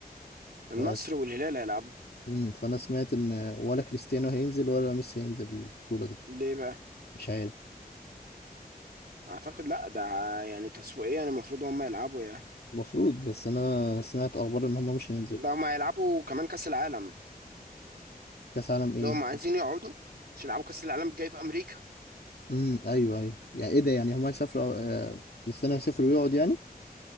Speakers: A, on the right (about 80°); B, on the left (about 85°).
A: النصر
B: بس
A: والهلال هيلعبوا
B: مم. فانا سمعت ان آه، ولا كريستيانو هينزل ولا ميسي هينزل البطوله دي
A: ليه بقى
B: مش عارف
A: اعتقد لا ده يعني تسويقيا المفروض هم يلعبوا يعني
B: المفروض بس انا سمعت اخبار ان هم مش هينزلوا
A: ده هم هيلعبوا كمان كاس العالم
B: كاس عالم ايه
A: لو هم عايزين يقعدوا عشان يلعبوا كاس العالم الجاي في امريكا
B: امم ايوه ايوه يعني ايه ده يعني هم هيسافروا آه، كريستيانو هيسافر ويقعد يعني